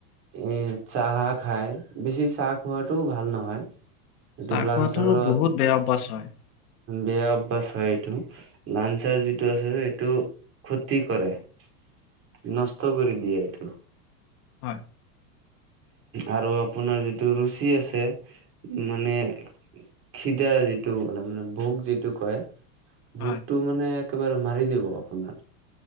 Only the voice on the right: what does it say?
এ চাহ খাই, বেছি চাহ খোৱাতটো ভাল নহয়। এইটো
লাঞ্চৰ
বেয়া অভ্যাস হয় এইটো, লাঞ্চাৰ যিটো আছে সেইটো ক্ষতি কৰে, নষ্ট কৰি দিয়ে এইটো।
আৰু আপোনাৰ যিটো ৰুচি আছে মানে খিদা যিটো মানে ভোক যিটো কয়। ভোকটো
মানে একেবাৰে মাৰি দিব আপোনাৰ।